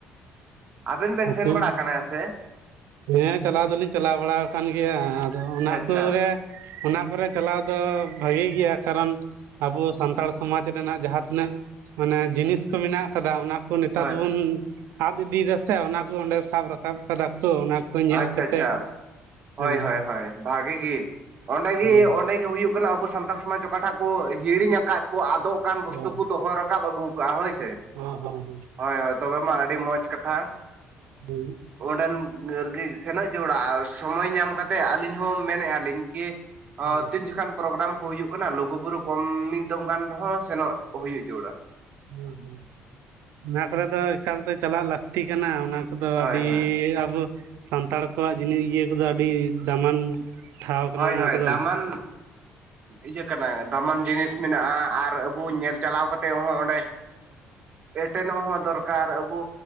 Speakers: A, on the right (about 35°); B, on the right (about 80°).
A: ᱟᱵᱮᱱ ᱵᱮᱱ
B: ᱦᱩᱸ
A: ᱥᱮᱱ
B: ᱛᱤᱱ
A: ᱵᱟᱲᱟ ᱠᱟᱱᱟ ᱦᱮᱸᱥᱮ?
B: ᱦᱮᱸ ᱪᱟᱞᱟᱼᱣ ᱫᱚ ᱞᱤᱧ ᱪᱟᱞᱟᱼᱣ ᱵᱟᱲᱟ ᱠᱟᱱ ᱜᱮᱭᱟ ᱟᱫᱚ ᱚᱱᱟ
A: ᱟᱪᱪᱷᱟ ᱟᱪᱪᱷᱟ
B: ᱥᱩᱨ ᱨᱮ ᱚᱱᱟ ᱠᱚᱨᱮ ᱪᱟᱞᱟᱣ ᱫᱚ ᱵᱷᱟᱜᱤ ᱜᱮᱭᱟ ᱠᱟᱨᱚᱱ ᱟᱵᱚ ᱥᱟᱱᱛᱟᱲ ᱥᱚᱢᱟᱡᱽ ᱨᱮᱱᱟᱜ ᱡᱟᱦᱟᱸ ᱛᱤᱱᱟᱹᱜ ᱢᱟᱱᱮ ᱡᱤᱱᱤᱥ ᱠᱚ ᱢᱮᱱᱟᱜ ᱠᱟᱫᱟ ᱚᱱᱟ ᱠᱚ ᱱᱮᱛᱟᱨᱹ
A: ᱦᱳᱭ
B: ᱫᱚ ᱵᱚᱱ
A: ᱦᱳᱭ
B: ᱟᱫ ᱤᱫᱤᱭ ᱫᱟᱥᱮ ᱚᱱᱟ ᱠᱚ ᱚᱸᱰᱮ ᱥᱟᱵ ᱨᱟᱠᱟᱵ ᱠᱟᱫᱟ ᱠᱚ ᱚᱱᱟ ᱠᱚ ᱧᱮᱞ
A: ᱟᱪᱷᱟ
B: ᱠᱟᱛᱮᱜ
A: ᱪᱷᱟ
B: ᱦᱮᱸ
A: ᱦᱳᱭ ᱦᱳᱭ ᱦᱳᱭ ᱵᱷᱟᱜᱤ ᱜᱮᱤ ᱚᱸᱰᱮ ᱜᱮᱤ
B: ᱦᱮᱸ
A: ᱚᱸᱰᱮ ᱜᱮᱤ ᱦᱩᱭᱩᱜ ᱠᱟᱱᱟ ᱟᱵᱚ ᱥᱟᱱᱛᱟᱲ ᱥᱚᱢᱟᱡᱽ ᱚᱠᱟᱴᱟᱜ ᱠᱚ ᱦᱤᱲᱤᱧ ᱟᱠᱟᱫ ᱠᱚ ᱟᱫᱚᱜ ᱠᱟᱱ ᱵᱚᱥᱛᱩ
B: ᱦᱳᱭ
A: ᱠᱚ ᱫᱚᱦᱚ ᱨᱟᱠᱟᱵ ᱟᱹᱜᱩ ᱠᱟᱜᱼᱟ ᱦᱳᱭ ᱥᱮ,
B: ᱦᱚᱸ ᱦᱚᱸ ᱦᱚᱸ᱾
A: ᱦᱳᱭ ᱦᱳᱭ ᱛᱚᱵᱮ ᱢᱟ ᱟᱹᱰᱤ ᱢᱚᱡᱽ ᱠᱟᱛᱷᱟ
B: ᱦᱚᱸ
A: ᱚᱸᱰᱮᱱ ᱱᱟᱹᱨᱜᱤ ᱥᱮᱱᱚᱜ ᱡᱚᱲᱟᱜᱼᱟ ᱥᱚᱢᱚᱭ ᱧᱟᱢ ᱠᱟᱛᱮᱫ ᱟᱹᱞᱤᱧ ᱦᱚᱸ ᱢᱮᱱᱮᱜ ᱟᱞᱤᱧ ᱠᱤ
B: ᱦᱮᱸ
A: ᱚ ᱛᱤᱱ ᱡᱚᱠᱷᱟᱱ ᱯᱨᱳᱜᱨᱟᱢ ᱠᱚ ᱦᱩᱭᱩᱜ ᱠᱟᱱᱟ ᱞᱩᱜᱩ ᱵᱩᱨᱩ ᱠᱚᱢ ᱢᱤᱫ ᱫᱚᱢ ᱜᱟᱱ ᱨᱮᱦᱚᱸ ᱥᱮᱱᱚᱜ ᱦᱩᱭᱩᱜ ᱡᱟᱹᱨᱩᱲᱟ᱾
B: ᱦᱮᱸ ᱦᱮᱸ ᱚᱱᱟ ᱠᱚᱨᱮ ᱫᱚ ᱮᱠᱟᱞᱛᱮ ᱪᱟᱞᱟᱜ ᱞᱟᱹᱠᱛᱤ ᱠᱟᱱᱟ ᱚᱱᱟ ᱠᱚ ᱫᱚ
A: ᱦᱳᱭ
B: ᱟᱹᱰᱤ
A: ᱦᱳᱭ
B: ᱟᱵᱚ ᱥᱟᱱᱛᱟᱲ ᱠᱚᱣᱟᱜ ᱡᱤᱱᱤ ᱤᱭᱟᱹ ᱠᱚᱫᱚ ᱟᱹᱰᱤ ᱫᱟᱢᱟᱱ ᱴᱷᱟᱶ ᱠᱟᱱᱟ
A: ᱦᱳᱭ
B: ᱚᱱᱟ
A: ᱦᱳᱭ
B: ᱠᱚᱫᱚ
A: ᱫᱟᱢᱟᱱ ᱤᱭᱟᱹ ᱠᱟᱱᱟ ᱫᱟᱢᱟᱱ ᱡᱤᱱᱤᱥ ᱢᱮᱱᱟᱜ-ᱟ ᱟᱨ ᱟᱵᱩ ᱧᱮᱞ ᱪᱟᱞᱟᱣ ᱠᱟᱛᱮ ᱦᱚᱸ ᱚᱸᱰᱮ ᱮᱴᱮᱱᱚᱜ ᱦᱚᱸ ᱫᱚᱨᱠᱟᱨ ᱟᱵᱚ